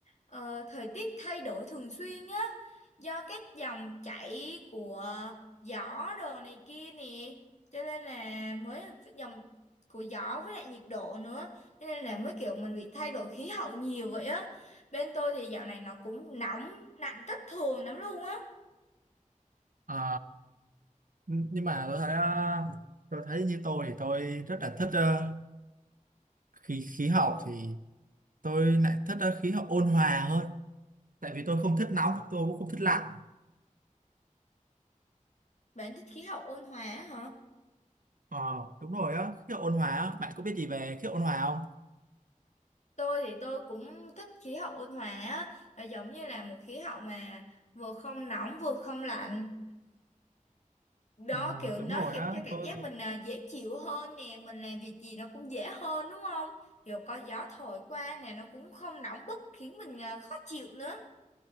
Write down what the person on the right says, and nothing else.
Ờ, nh- nhưng mà tôi thấy ờ, tôi thấy như tôi thì tôi rất là thích ờ, khí khí hậu thì tôi lại thích ờ, khí hậu ôn hòa hơn. Tại vì tôi không thích nóng, tôi cũng không thích lạnh.
Ờ, đúng rồi á, khí hậu ôn hòa á. Bạn có biết gì về khí hậu ôn hòa không?
Ừ,
đúng rồi
á
tôi